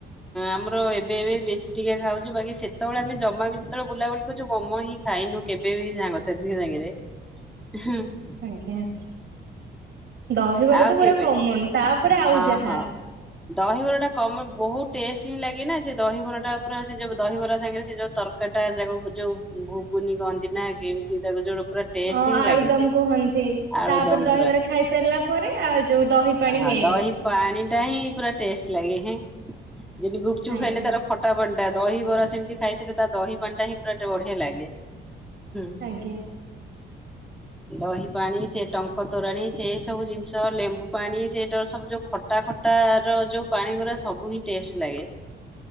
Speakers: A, in the centre; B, on the right (about 65°).
A: ଆମର ଏବେ ଏବେ ବେଶୀ। ଟିକେ ଖାଉଛୁ ବାକି ସେତେବେଳେ ଆମେ ଜମା ବି ଯେତବେଳେ ବୁଲାବୁଲି କରୁଛୁ ମୋମୋ ହିଁ ଖାଇନୁ କେବେ ବିି ସାଙ୍ଗ ସାଥି। ତା ଝିଅ ସାଙ୍ଗରେ ହୁଁ।
B: ଆଜ୍ଞା ଦହିବାର
A: ଆଉ
B: ତ ପୁରା
A: କେବେ
B: କମନ। ତାପରେ ଆଉ
A: ହଁ,
B: ଯାହା
A: ହଁ। ଦହିବରାଟା କମ ବହୁତୁ ଟେଷ୍ଟ ହିଁ ଲାଗେ ନା ସେ ଦହିବରାଟା ପୁରା ସେ ଯୋଉ ଦହିବରା ସାଙ୍ଗରେ ସେ ଯୋଉ ତର। ହେଟା ଯାକୁ ଯୋଉ ଘୁଗୁନି କହନ୍ତି ନା କେମିତି ତାକୁ ଯୋଉଟା ପୁରା। ଟେଷ୍ଟ
B: ଅଁ
A: ହିଁ
B: ଆଳୁଦମ
A: ଲାଗେ ସେ
B: କୁହନ୍ତି
A: ଆଳୁଦମ୍
B: ତାପରେ ଦହିବରା ଖାଇସାରିଲା ପରେ ଆଉ ଯୋଉ ଦହି ପାଣି
A: ହ
B: ମେନ୍
A: ଦହି ପାଣି ଟା ହିଁ ପୁରା ଟେଷ୍ଟେ ଲାଗେଁ ହେଁ ଯେମିତି ଗୁପଚୁପ୍
B: ଆଜ୍ଞା
A: ଖାଇଲେ ତାର ଖଟ। ଖଟା ପାଣି ଟା ଦହି ବରା ସେମିତି ଖାଇସାରିଲେ ତା ଦହିପାଣିଟା ହି ପୁରା ବଢିଆ ଲାଗେ। ହୁଁ।
B: ଆଜ୍ଞା
A: ଦହି ପାଣି ସେ ଟଙ୍କ ତୋରାଣି ସେ ସବୁ ଜିନିଷ ଲେମ୍ବୁ। ପାଣି ସେଇଟା ସବୁ ଯୋଉ ଖଟା, ଖଟା ର ଯୋଉ ପାଣି ଗୁରା ସବୁ ହିଁ ଟେଷ୍ଟ ଲାଗେ।